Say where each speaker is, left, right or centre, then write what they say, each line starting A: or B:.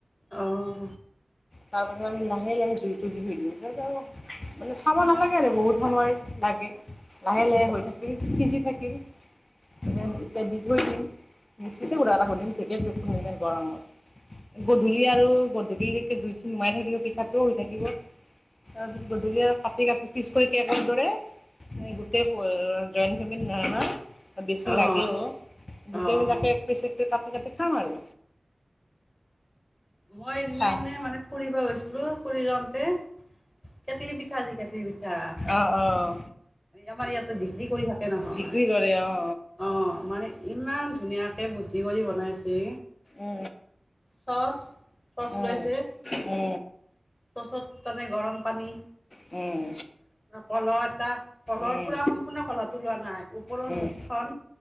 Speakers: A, on the left (about 20°); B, on the left (about 45°).
A: অহ
B: তাৰ পাছত আমি লাহে লাহে জুইটো দি থৈ দিও মানে চাব নালাগে আৰু বহুত সময় লাগে লাহে লাহে হৈ থাকিল সিজি থাকিল স এতিয়া দি থৈ দিম মিক্সিতে ঘুৰা এটা খুন্দিম ঢেকিত কত খুন্দিম ইমান গৰমত গধূলি আৰু গ গধুলিলেকে জুই পিছ শইকীয়া ঘৰ দৰে গোটেই জইণ্ট ফেমি নহয় ন বেছি
A: অঁ।
B: লাগে অ গোটেইবিলাকে
A: অঁ।
B: এক পিচতে এ কাটি কাটি খাম আৰু
A: মই এইদিনাখনে
B: চাই
A: মানে ফুৰিব গৈছো লো কৰি যাওতে কেটলি পিঠা যে কেটলি পিঠা
B: অঁ অঁ
A: আমাৰ ইয়াতো বিক্ৰী কৰি থাকে নহয়
B: বিক্ৰী কৰে অঁ
A: অ মানে ইমান ধুনীয়াকে ভূৰ্তি কৰি বনাইছে
B: অ
A: চচ চচ
B: অ
A: লৈছে
B: অ অ
A: চচত মানে গৰম পানী
B: উম
A: কলহ এটা কলহৰ
B: উম
A: পুৰা
B: উম
A: সম্পূৰ্ণ কলহটো লোৱা নাই ওপৰৰ
B: উম
A: মুখখন